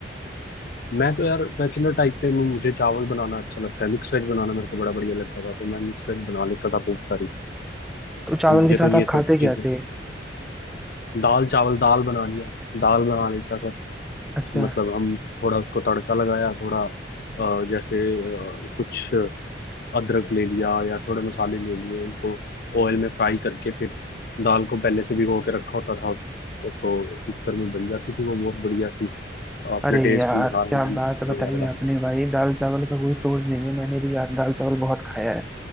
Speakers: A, on the left; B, in the centre.
A: मैं तो यार बैचलर टाइप पे हूँ, मुझे चावल बनाना अच्छा लगता है मिक्स वेज बनाना मेरे को बड़ा बढ़िया लगता था तो मैं मिक्स वेज बना लेता था बहुत सारी
B: तो चावल
A: तो मुझे
B: के
A: तो
B: साथ
A: ये
B: आप
A: सब
B: खाते
A: चीजें
B: क्या थे
A: दाल चावल दाल बना लिया दाल बना लेता था
B: अच्छा
A: मतलब हम थोड़ा उसको तड़का लगाया थोड़ा अ, जैसे अ, कुछ अदरक ले लिया या थोड़े मसाले ले लिए उनको ऑयल में फ्राई करके फिर दाल को पहले से भिगो के रखा होता था उस- तो कुकर में बन जाती थी वो बहुत बढ़िया सी अपने
B: अरे
A: टेस्ट
B: यार
A: अनुसार
B: क्या
A: हमने नमक
B: बात बताई
A: वगैरह डाल
B: आपने भाई दाल चावल का कोई तोड़ नहीं है मैंने भी यार दाल चावल बहुत खाया है